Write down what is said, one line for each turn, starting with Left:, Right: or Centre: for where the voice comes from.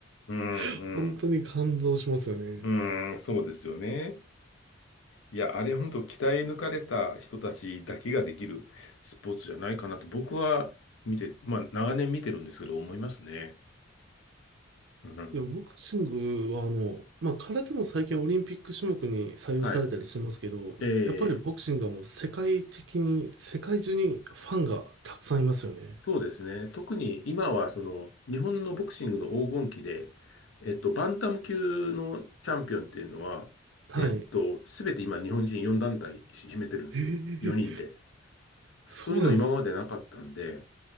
Left: うん、
Right: <laughs> 本当に感動しますよね。
Left: うん。うーん、そうですよね。いや、あれ本当鍛え抜かれた人たちだけができるスポーツじゃないかなと僕は見て、まあ長年見てるんですけど思いますね。うん、
Right: でもボクシングはあの、まあ、空手も最近オリンピック種目に採用されたりしてますけど、
Left: はい。ええ、
Right: やっぱりボクシングはもう世界的に、世界中にファンがたくさんいますよね。
Left: そうですね。特に今はその日本のボクシングの黄金期で、えっと、バンタム級のチャンピオンっていうのは、
Right: はい。
Left: えっと、すべて今日本人4団体し占めてるんですよ。
Right: ええ
Left: 4人で。
Right: そうなんですか。
Left: そういうの今までなかったんで、